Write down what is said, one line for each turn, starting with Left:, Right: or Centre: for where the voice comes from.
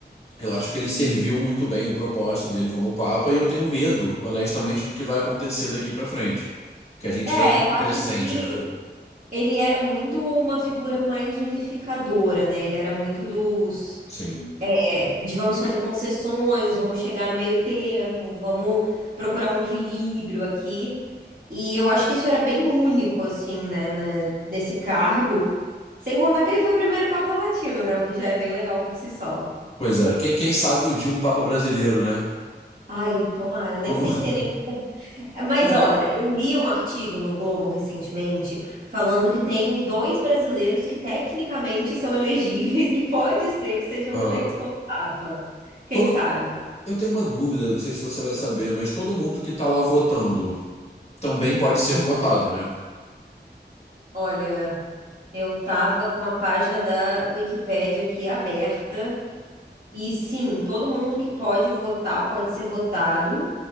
Left: Eu acho que ele serviu muito bem o propósito dele como Papa e eu tenho medo, honestamente, do que vai acontecer daqui para frente. Que a gente
Right: É,
Left: vem numa
Right: eu acho
Left: crescente,
Right: que
Left: né?
Right: ele era muito uma figura mais unificadora, né? Ele era muito dos,
Left: Sim.
Right: é, de vamos fazer concessões, vamos chegar no meio termo, vamos procurar um equilíbrio aqui. E eu acho que isso era bem único, assim, né, né, nesse cargo. Sem contar que ele foi o primeiro Papa Latino, né? O que já é bem legal por si só.
Left: Pois é, quem, quem sabe um dia um Papa brasileiro, né?
Right: Ai, tomara, nem
Left: Vamos-
Right: sei se tem
Left: <laughs>
Right: nem. Mas
Left: É,
Right: olha, eu li um artigo no Globo recentemente falando que tem dois brasileiros que tecnicamente são elegíveis, que pode ser que sejam
Left: ah,
Right: eleitos como papa. Quem
Left: todo,
Right: sabe?
Left: eu tenho uma dúvida, não sei se você vai saber, mas todo mundo que tá lá votando também pode ser votado, né?
Right: Olha, eu tava com a página da Wikipédia aqui aberta e sim, todo mundo que pode votar pode ser votado